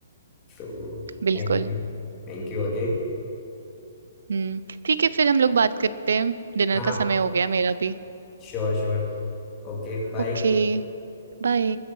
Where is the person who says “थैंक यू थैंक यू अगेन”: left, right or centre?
Left